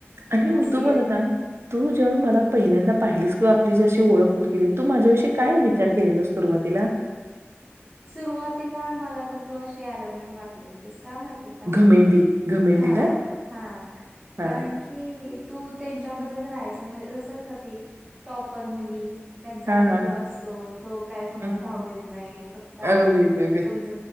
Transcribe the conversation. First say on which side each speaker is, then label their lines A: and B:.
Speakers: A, on the right; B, on the right.
A: आणि
B: फर्स्ट
A: तू
B: इयर
A: मला सांग तू जेवण मला पहिल्यांदा पाहिलीस तू आपली जशी ओळख होत गेली तू माझ्यावियी काय विचार केलेला सुरुवातीला
B: सुरुवातीला मला तर तू अे अरोगं वाटले होतेस कामते का
A: घमेंडी, घमेंडी
B: हा
A: ना?
B: हा
A: हां,
B: कारण की तू त्यांच्यामध्येच राहायच म्हणजे असल का त टॉपर मुली त्यांचा
A: हां,
B: ग्रुप
A: हां.
B: असतो तो काय कोणाला
A: हं.
B: भाव देत नाही फक्त
A: अगं बाई, बाई, बाई!
B: तुमच